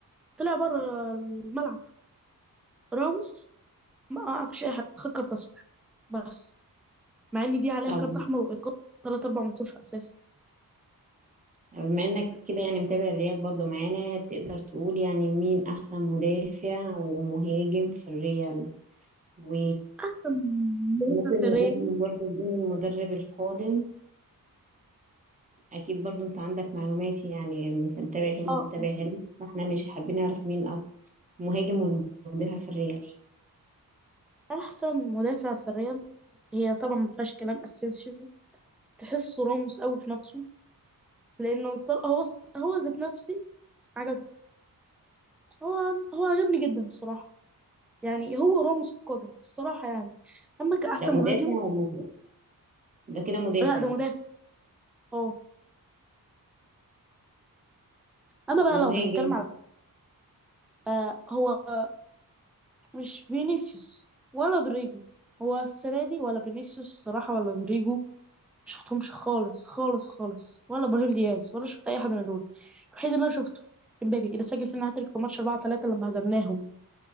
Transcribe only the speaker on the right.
طب
بما انك كده يعني متابع الريال برضو معانا تقدر تقول يعني مين احسن مدافع ومهاجم في الريال و
ممكن
نقول برضو مين المدرب القادم اكيد برضو انت عندك معلومات يعني انت متابع هنا
ومتابع هنا فاحنا مش حابين نعرف مين أك- مهاجم والمدافع في الريال
ده مدافع
ولا ده كده مدافع
ومهاجم